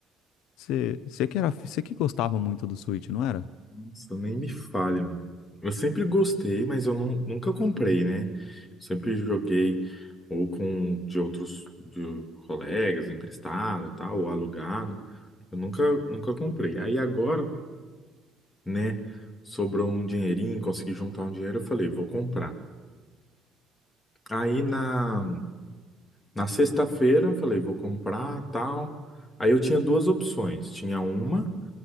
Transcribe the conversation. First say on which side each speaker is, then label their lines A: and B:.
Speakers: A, on the left; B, on the left.
A: Você que era, você que gostava muito do Switch, não era?
B: Nossa, nem me fale, mano. Eu sempre gostei, mas eu nu- nunca comprei, né? Sempre joguei ou com de outros de colegas, emprestado, tal, ou alugado. Eu nunca, nunca comprei. Aí agora, né, sobrou um dinheirinho, consegui juntar um dinheiro, eu falei, vou comprar. Aí na, na sexta-feira, eu falei, vou comprar, tal. Aí eu tinha duas opções. Tinha uma